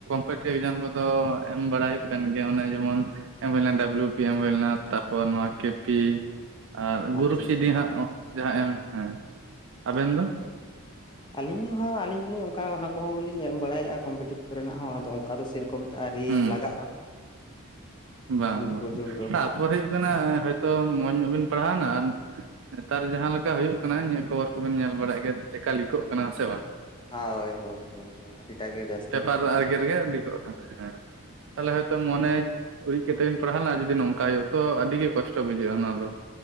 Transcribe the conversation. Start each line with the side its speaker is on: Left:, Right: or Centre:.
Right: <unintelligible> ᱮᱠᱡᱟᱢ ᱠᱚᱫᱚ ᱮᱢ ᱵᱟᱲᱟᱟᱭ ᱦᱩᱭᱩᱜ ᱠᱟᱱ ᱜᱮᱭᱟ ᱚᱱᱮ ᱡᱮᱢᱚᱱ ᱮᱢ ᱦᱩᱭ ᱞᱮᱱᱟ ᱰᱟᱵᱞᱳ ᱵᱤ ᱯᱤ ᱮᱢ ᱦᱩᱭ ᱞᱮᱱᱟ ᱛᱟᱯᱚᱨ ᱱᱚᱣᱟ ᱠᱮ ᱯᱤ ᱟᱨ ᱜᱨᱩᱯ
Left: ᱟᱪᱪᱷᱟ
Right: ᱥᱤ
Left: ᱟᱪᱪᱷᱟ
Right: ᱰᱤ ᱦᱟᱸᱜ ᱡᱟᱦᱟᱸ ᱮᱢ ᱦᱮᱸ
Left: <unintelligible>
Right: ᱟᱵᱮᱱ ᱫᱚ
Left: ᱟᱹᱞᱤᱧ ᱦᱚᱸ ᱟᱹᱞᱤᱧ ᱦᱚᱸᱞᱤᱧ ᱚᱱᱠᱟ ᱚᱱᱟ ᱠᱚᱦᱚᱸᱞᱤᱧ ᱮᱢ ᱵᱟᱲᱟᱭᱮᱫᱼᱟ ᱠᱚᱢᱯᱤᱴᱤᱵᱽ ᱠᱚᱨᱮ ᱱᱟᱜ ᱦᱚᱸ ᱟᱫᱚ ᱥᱮᱨᱚᱠᱚᱢ ᱛᱮ ᱟᱹᱣᱨᱤ
Right: ᱦᱩᱸ
Left: ᱞᱟᱜᱟᱜᱼᱟ
Right: ᱵᱟᱝ
Left: ᱱᱤᱛ
Right: ᱵᱟᱝ
Left: ᱯᱚᱨᱡᱚᱱᱛᱚ
Right: ᱛᱟᱨᱯᱚᱨ ᱦᱩᱭᱩᱜ ᱠᱟᱱᱟ ᱦᱳᱭᱛᱚ ᱢᱚᱸᱡᱽ ᱧᱚᱜ ᱵᱤᱱ ᱯᱟᱲᱦᱟᱣᱱᱟ ᱟᱨ ᱱᱮᱛᱟᱨ ᱡᱟᱦᱟᱸ ᱞᱮᱠᱟ ᱦᱩᱭᱩᱜ ᱠᱟᱱᱟ ᱤᱧᱟᱹᱜ ᱠᱷᱚᱵᱚᱨ ᱠᱚᱵᱮᱱ ᱧᱮᱞ ᱵᱟᱲᱟᱭᱮᱫ ᱜᱮᱭᱟ ᱪᱮᱫᱠᱟ ᱞᱤᱠᱚᱜ ᱠᱟᱱᱟ ᱥᱮ ᱵᱟᱝ
Left: ᱦᱟ ᱦᱳᱭ ᱦᱳᱭ ᱦᱳᱭ ᱟᱰᱤ ᱴᱟᱜ ᱜᱮ ᱡᱟᱥᱛᱤ
Right: ᱯᱮᱯᱟᱨ ᱟᱨᱜᱮ ᱨᱮᱜᱮ ᱞᱤᱠᱚᱜ ᱠᱟᱱᱟ ᱦᱮᱸ ᱛᱟᱦᱚᱞᱮ ᱦᱳᱭ ᱛᱚ ᱢᱚᱱᱮ ᱩᱨᱤᱡ ᱠᱟᱛᱮ ᱵᱤᱱ ᱯᱟᱲᱦᱟᱣ ᱞᱮᱱᱟ ᱟᱨ ᱡᱩᱫᱤ ᱱᱚᱝᱠᱟ ᱦᱩᱭᱩᱜᱼᱟ ᱛᱚ ᱟᱹᱰᱤ ᱜᱮ ᱠᱚᱥᱴᱚ ᱵᱩᱡᱷᱟᱹᱜᱼᱟ ᱚᱱᱟ ᱫᱚ